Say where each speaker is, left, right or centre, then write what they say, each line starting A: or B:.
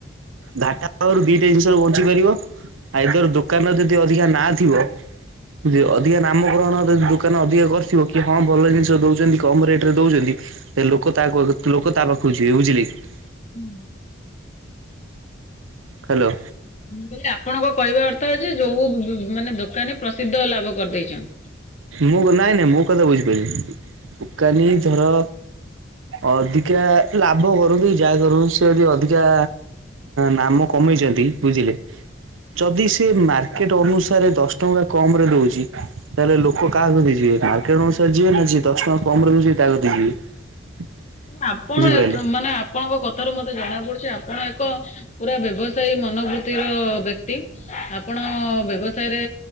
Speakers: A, on the right; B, on the left.
A: ଘାଟା ପାଖରୁ ଦିଟା ଜିନିଷ ବଞ୍ଚି ପାରିବ ଆଇଦର୍ ଦୋକାନ ଅଧିକା ନାଁ ଥିବ ଯେ ଅଧିକା ନାମ କରଣ ଦୋ ଦୋକାନ ଅଧିକ କରିଥିବ କି ହଁ ଭଲ ଜିନିଷ ଦଉ ଛନ୍ତି କମ ରେଟ ରେ ଦଉଛନ୍ତି ଟେ ଲୋକ ତା ଲୋକ ତା ପାଖକୁ ଯିବେ ବୁଝିଲେ କି।
B: ହୁଁ
A: ହ୍ୟାଲୋ
B: ମୁଁ କହିଲି ଆପଣଙ୍କ କହିବା ଅର୍ଥ ଯେ ଯୋଉ ମାନେ ଦୋକାନୀ ପ୍ରସିଦ୍ଧ ଲାଭ କରିଦେଇଛନ୍ତି।
A: ମୁଁ ନାଇଁ ନାଇଁ ମୁଁ କଥା ବୁଝିପାଇଲେନି ଦୋକାନୀ ଧର ଅଧିକା ଲାଭ କରୁ କି ଯାହା କରୁ ସେ ଯଦି ଅଧିକା ନାମ କମେଇଛନ୍ତି ବୁଝିଲେ। ଯଦି ସେ ମାର୍କେଟ ଅନୁସାରେ ଦଶ ଟଙ୍କା କମ ରେ ଦଉଛି ତାହେଲେ ଲୋ ଲୋକ କାହାକୁ ଯିବେ ମାର୍କେଟ ଅନୁସାରେ ଯିବେ ନା ଯ ଦଶ ଟଙ୍କା କମରେ ତାହା କତି କି ଯିବେ।
B: ଆପଣ
A: ବୁଝିପାରିଲେ
B: ଏତ ମାନେ ଆପଣଙ୍କ କଥାରୁ ମତେ ଜଣା ପଡୁଛି ଆପଣ ଏକ ପୁରା ବ୍ୟବସାୟୀ ମନବୃତ୍ତି ର ବ୍ୟକ୍ତି ଆପଣ ବ୍ୟବସାୟରେ